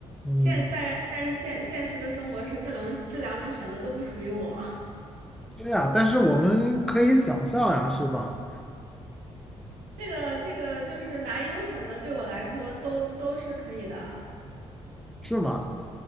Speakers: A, in the centre; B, on the right.
A: 嗯。
B: 现在但是现现实的生活是这种这两种选择都不属于我，
A: 对呀，但是我们可以想象呀，是吧？
B: <laughs> 这个这个就是哪一种选择对我来说都都是可以的，
A: 是吗？